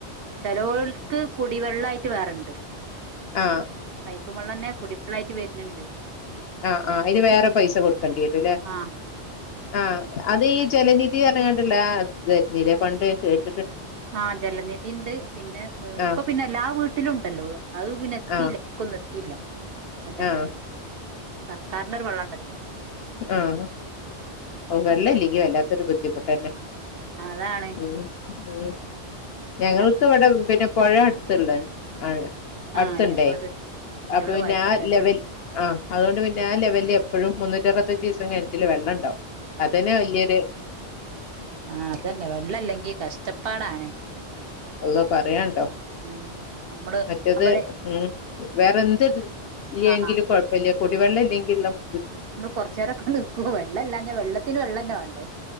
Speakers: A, on the right; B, on the left.
A: ചെലോൽക്ക് കുടിവെള്ളായിട്ട് വേറണ്ട്
B: ആ
A: പൈപ്പ് വെള്ളന്നെ കുടിവെള്ളായിട്ട് വര്ന്ന്ണ്ട്
B: ആഹ ആഹ് അയിന് വേറെ പൈസ കൊടുക്കണ്ടി വരുംല്ലെ
A: ആഹ്
B: ആ അത് ഈ ജലനിധി ന്നർഞ്കാണ്ട്ള്ളെത് വന്നില്ലേ പണ്ട് കേ -
A: ആ ജലനിധിണ്ട് പിന്നെ
B: ആ
A: ഇപ്പൊ പിന്നെ ല്ലാ വീട്ടിലും ഉണ്ടല്ലോ അത് പിന്നെ എത്തീല്ല
B: ആ
A: ക്കൊന്നും എത്തിയില്ല മറ്റേ
B: ആ
A: സർക്കാരിന്റെ ഒരു വള്ളംണ്ടല്ലോ
B: ആ വെള്ള
A: അത്
B: ഇല്ലെങ്കി വല്ലാത്തൊരു ബുദ്ധിമുട്ടന്നെ
A: അതാണ്
B: ഉം ഉം ഞങ്ങൾക്ക്
A: പിന്നെ
B: ഇവിടെ പിന്നെ പുഴ അടുത്തുള്ള ആ
A: ആഹ്
B: അടുത്ത്ണ്ടേ
A: അയിനെക്കൊണ്ട് അയിനോട്
B: അപ്പൊ പിന്നെ
A: കൊഴപ്പല്ലല്ലേ
B: ആ ലെവൽ ആഹ് അതുകൊണ്ട് പിന്നെ ആ ലെവല് എപ്പോഴും മുന്നൂറ്റി അറുത്തഞ്ച് ദിവസം കിണറ്റില് വെള്ളം ഉണ്ടാവും അതന്നെ വല്യ
A: ആഹ അതന്നെ വെള്ളല്ലെങ്കി കഷ്ടപ്പാടാണ്
B: അള്ളോ പറയാണ്ടോ
A: ഉം നമ്മള്
B: മറ്റത്
A: ഞാൻ പറയും
B: ഉം വേറെന്ത് ഇല്ലേങ്കിലും
A: ആഹ്
B: കൊഴപ്പല്ല കുടിവെള്ളം ഇല്ലെങ്കിള്ള ബു-
A: കുറച്ചേരൊക്കെ നിക്കൂ വെള്ളല്ലാഞ്ഞാ വെള്ളത്തിന് വെള്ളം തന്നെ വേണ്ടേ